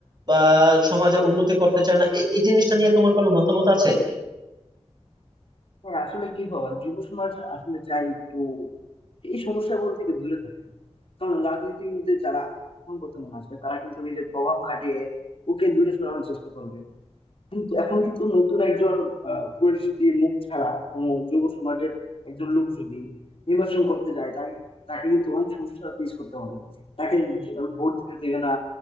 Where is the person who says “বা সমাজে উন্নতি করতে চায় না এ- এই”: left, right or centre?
Right